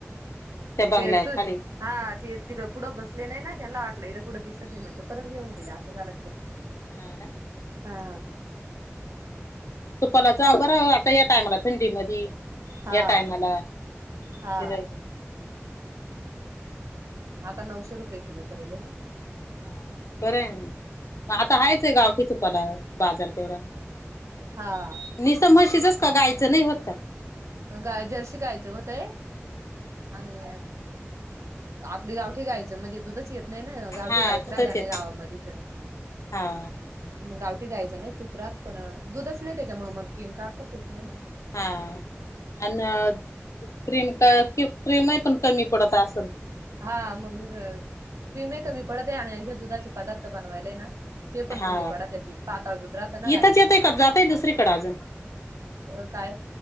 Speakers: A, on the left (about 80°); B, on the right (about 80°).
A: त्या बंगल्या
B: तेच.
A: खाली
B: हा ते तिकंड पुढं बसले नाही ना त्यांना वाटलं इथं कुठं दिसत नाही मग ते परत घेऊन गेले असं झाला तिथं.
A: हा ना
B: हा.
A: तुपालाचा बर आता या टाइमला थंडी मधी.
B: हा
A: या टाईमाला <unintelligible>
B: हा. आता नऊशे रुपये किलो करेलले ना?
A: हा बरं आहे मग आता हायेच ये गाव. तुपाला बाजार तेवढा
B: हा
A: निसत म्हशीचच का गायचं नाही होत का?
B: गाय जर्शी गायचं होतंय आणि आपली गावठी गाईच म्हणजे दुधच येत नाही ना गावठी
A: हा
B: गायच
A: दुधच
B: राहिल्या नाही
A: येत
B: गावामध्ये तर
A: हा
B: मग गावठी गायचं नाही तुपात पण दुधच नाही त्याच्यामुळे मग तीम काढताच येत नाही ना.
A: हा आणि क्रीम का क्रीमही पण कमी पडत असल.
B: हा मगर क्रीम ही कमी पडते आणि हे दुधाचे पदार्थ बनवायलाय ना ते पण
A: हा
B: कमी पडत हे तील पातळ दुध राहता ना
A: इथंच
B: गाईचं.
A: येतय का जातय दुसरीकडे अजून
B: अ काय?